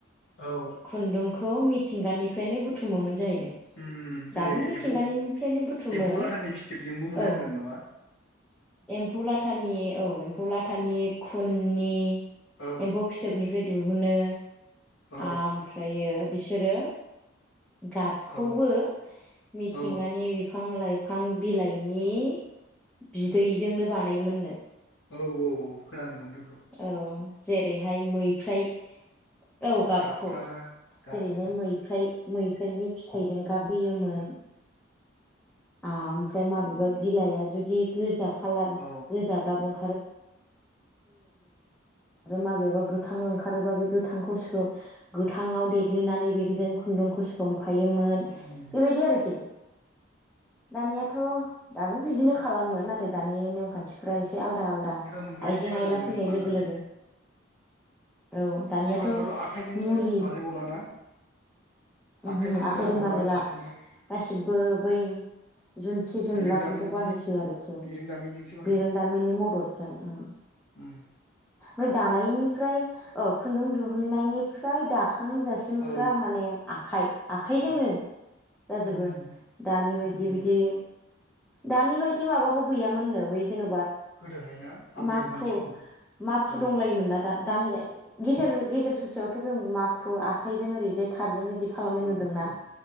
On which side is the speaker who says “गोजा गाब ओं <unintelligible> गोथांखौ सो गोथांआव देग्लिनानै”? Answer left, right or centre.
Centre